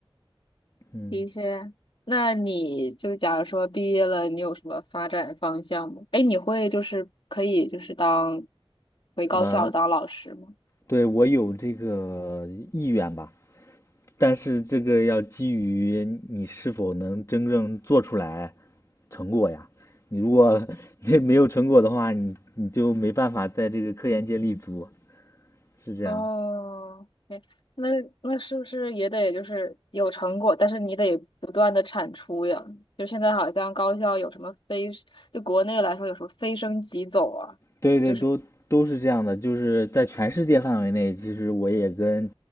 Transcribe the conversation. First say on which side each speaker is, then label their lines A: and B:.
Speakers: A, on the left; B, on the left.
A: 嗯，
B: 的确，那你就假如说毕业了，你有什么发展方向吗？哎，你会就是可以就是当回高校当老师吗？
A: 呃，对，我有这个意愿吧，但是这个要基于你是否能真正做出来成果呀。你如果 <laughs> 没没有成果的话，你你就没办法在这个科研界立足，是这样。
B: 哦，哎那那是不是也得就是有成果，但是你得不断的产出呀？就现在好像高校有什么非，就国内来说有什么非升即走啊，
A: 对对，
B: 就是
A: 都都是这样的，就是在全世界范围内，其实我也跟